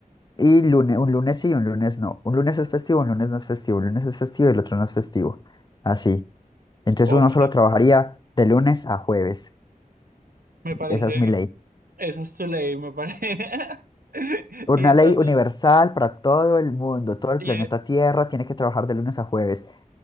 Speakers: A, on the left; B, on the right.
A: Y lunes, un lunes sí, un lunes no. Un lunes es festivo, un lunes no es festivo, un lunes es festivo y el otro no es festivo. Así. Entonces
B: Ok,
A: uno solo trabajaría de lunes a jueves.
B: me parece,
A: Esa es mi ley.
B: esa es tu ley, me parece. <laughs>
A: Una
B: Y entonces,
A: ley universal para todo el mundo, todo el
B: y,
A: planeta
B: eh,
A: Tierra tiene que trabajar de lunes a jueves.